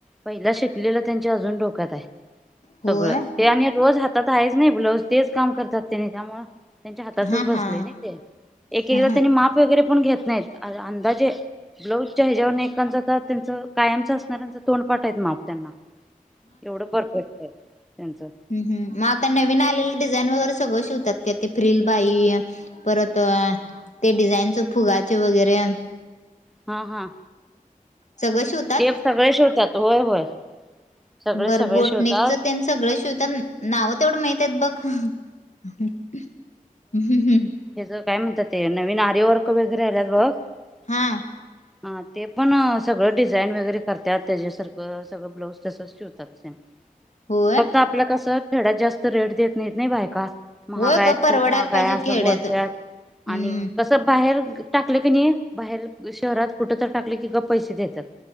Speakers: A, in the centre; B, on the left.
A: पहिला शिकलेला त्यांच्या अजून डोक्यात आहे
B: होय
A: सगळं ते आणि रोज हातात आहेच नाही ब्लाऊज तेच काम करतात त्यांनी त्यामुळ त्यांच्या हातातच
B: हा
A: बसले
B: हा
A: नाही ते एक एकदा
B: हा हा
A: त्यांनी माप वगैरे पण घेत नाहीत अंदाजे ब्लाऊजच्या हिजावर एककांच त्यांच कायमच असणाऱ्यांच तोंड पाठायेत माग त्यांना एवढं परफेक्ट आहे त्यांचं
B: ह् हम् मग आता नवीन आलेली डिझाईन वगैरे सगळं शिवतात का ते फ्रिील बाई परत ते डिझाईनच फुगाचे वगैरे
A: हा हा
B: सगळ श होत
A: तेप सगळे श होतात होय होय सगळे
B: बरं
A: सगळे
B: बोटनेकचं
A: शिवतात
B: त्यां सगळं शिवतात नाव तेवढं माहित बघ हम् हम्म
A: त्याचं काय म्हणतात ते नवीन आर्यवर्क वगैरे आल्यात बघ
B: हा
A: <inaudible> हा ते पण सगळं डिझाईन वगैरे करतात त्याच्यासारखं सगळं ब्लाऊज तसंच ठेवतात
B: होय
A: फक्त आपल्या कसं थेड्यात जास्त रेट देत नाहीेत नाही बाय का महागा
B: होय
A: आहेत
B: ग परवडायला
A: खूप महागा
B: पाहिजे
A: आहे असं
B: खेड्यात
A: बोलतात
B: हम्म
A: आणि कसं बाहेर टाकले की नाही बाहेर शहरात कुठं तर टाकले की ग पैसे देतात